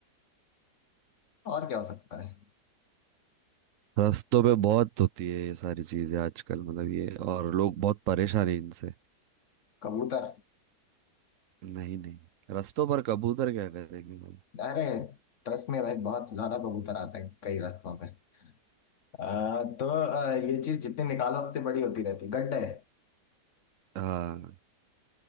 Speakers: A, on the left; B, on the right.
A: और क्या हो सकता है
B: रास्तों पे बहुत होती है ये सारी चीजें आजकल मतलब ये और लोग बहुत परेशान हैं इनसे
A: कबूतर
B: नहीं नहीं रास्तों पर कबूतर क्या करेंगे भाई
A: अरे ट्रस्ट में भाई बहुत ज्यादा कबूतर आते हैं कई रास्तों पे अ, तो अ, ये चीज जितनी निकालो उतनी बड़ी होती रहती गड्ढे
B: हाँ